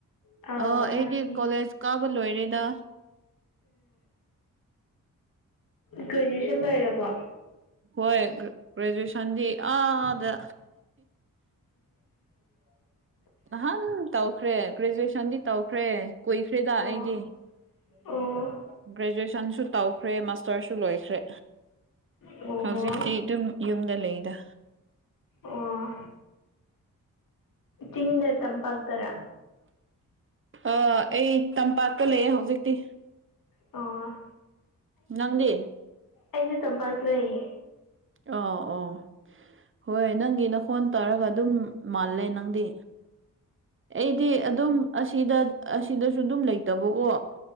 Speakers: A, on the left; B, on the right.
A: ꯑꯧ
B: ꯑꯣ ꯑꯩꯗꯤ
A: ꯑꯉꯥꯡꯅꯤ
B: ꯀꯣꯂꯦꯖ ꯀꯥꯕ ꯂꯣꯏꯔꯦꯗ
A: ꯒ꯭ꯔꯦꯖꯨꯌꯦꯁꯟ ꯂꯣꯏꯔꯕꯣ
B: ꯍꯣꯏ ꯒ꯭ꯔꯦꯖꯨꯌꯦꯁꯟꯗꯤ ꯑꯥꯗ
A: <inaudible> <inaudible>
B: ꯅꯍꯥꯟ ꯇꯧꯈ꯭ꯔꯦ ꯒ꯭ꯔꯦꯖꯨꯌꯦꯁꯟꯗꯤ ꯇꯧꯈ꯭ꯔꯦ ꯀꯨꯏꯈ꯭ꯔꯦꯗ
A: ꯑꯣ
B: ꯑꯩꯗꯤ
A: ꯑꯣ
B: ꯒ꯭ꯔꯦꯖꯨꯌꯦꯁꯟꯁꯨ ꯇꯧꯈ꯭ꯔꯦ ꯃꯁꯇꯔꯁꯨ ꯂꯣꯏꯈ꯭ꯔꯦ
A: ꯑꯣ
B: ꯍꯧꯖꯤꯛꯇꯤ ꯑꯗꯨꯝ ꯌꯨꯝꯗ ꯂꯩꯗ
A: ꯑꯣ ꯆꯤꯡꯗ ꯇꯝꯄꯥꯛꯇꯔꯥ
B: ꯑꯥ ꯑꯩ ꯇꯝꯄꯥꯛꯇ ꯂꯩꯌꯦ ꯍꯧꯖꯤꯛꯇꯤ
A: ꯑꯣ
B: ꯅꯪꯗꯤ
A: ꯑꯩꯁꯦ ꯇꯝꯄꯥꯛꯇ ꯂꯩꯌꯦ
B: ꯑꯣ ꯑꯣ ꯍꯣꯏ ꯅꯪꯒꯤ ꯅꯈꯣꯟ ꯇꯥꯔꯒ ꯑꯗꯨꯝ ꯃꯥꯜꯂꯦ ꯅꯪꯗꯤ ꯑꯩꯗꯤ ꯑꯗꯨꯝ ꯑꯁꯤꯗ ꯑꯁꯤꯗꯁꯨ ꯑꯗꯨꯝ ꯂꯩꯇꯕ ꯑꯣ